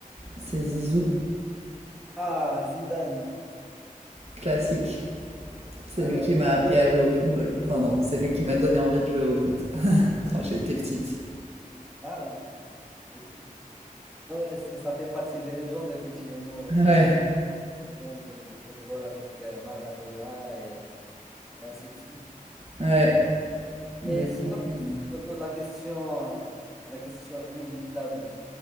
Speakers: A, on the right (about 45°); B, in the centre.
A: c'est Zizou,
B: Ah, Zidane.
A: classique. C'est
B: Ah,
A: lui qui
B: ouais,
A: m'a
B: je
A: appris
B: sais.
A: à jouer au football. Enfin, non, c'est lui qui m'a donné envie de jouer au foot <laughs> quand j'étais petite.
B: Ah, écoute. Ah ouais, c'est- ça fait partie des légendes, effectivement,
A: Ouais,
B: Zizou. exemple, de- du football avec euh, Maradona et, et ainsi de suite.
A: ouais,
B: Mais
A: mais
B: sinon,
A: franchement.
B: si si je te pose la question, euh, la question inévitable,